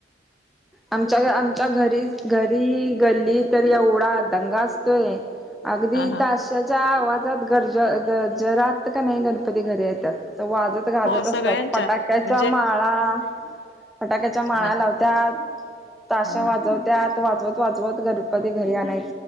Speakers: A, in the centre; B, on the left.
A: आमच्या आमच्या घरी घरी गल्ली तर एवढा दंगा असतोय अगदी
B: हा हा
A: ताशाच्या आवाजात गरज गजरात का नाही गणपती घरी येतात वाजत गाजत
B: हो
A: असतात
B: सगळ्यांच्या
A: फटाक्याच्या
B: म्हणजे
A: माळा फटाक्याच्या माळा
B: हा
A: लावतात ताश्या वाजवत्यात
B: हा
A: वाजवत वाजवत गणपत घरी आणाय